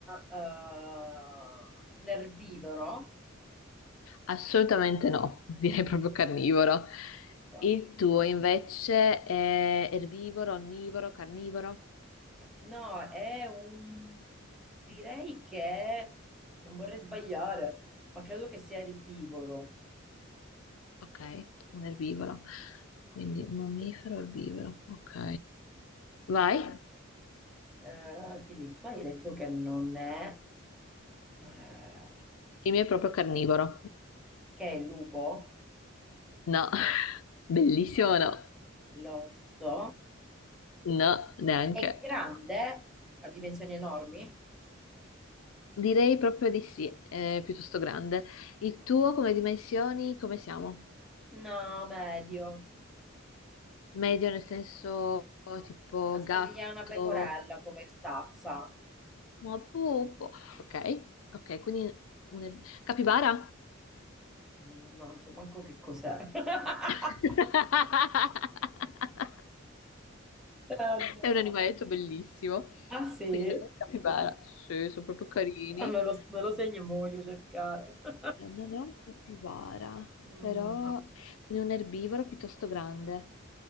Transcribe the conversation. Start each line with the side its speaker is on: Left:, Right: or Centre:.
Centre: eh, un erbivoro?
Left: assolutamente no, <laughs> direi proprio carnivoro.
Centre: Ok.
Left: Il tuo invece è erbivoro, onnivoro, carnivoro?
Centre: No, è un... direi che... non vorrei sbagliare, ma credo che sia erbivoro.
Left: Ok, un erbivoro. Quindi un mammifero, erbivoro. Ok. Vai.
Centre: Eh, quindi tu hai detto che non è, eh,
Left: Il mio è proprio carnivoro.
Centre: che è il lupo,
Left: No, <laughs> bellissimo,
Centre: o
Left: no.
Centre: l'orso,
Left: No, neanche.
Centre: è grande, ha dimensioni enormi?
Left: Direi proprio di sì, è piuttosto grande. Il tuo come dimensioni, come siamo?
Centre: No, medio,
Left: Medio nel senso tipo
Centre: assomiglia
Left: gatto,
Centre: a una pecorella come stazza.
Left: ma pupo. Ok, ok, quindi un... er-, capibara?
Centre: Mm, Non so manco che cos'è. <laughs>
Left: <laughs>
Centre: Ah, no.
Left: È un animaletto bellissimo.
Centre: Ah sì?
Left: Quindi non è un capibara. Sì, sono proprio carini.
Centre: Ah, me lo, me lo segno e me lo voglio cercare. <laughs>
Left: Eh, non è un capibara,
Centre: Mm,
Left: però
Centre: No.
Left: quindi un erbivoro piuttosto grande.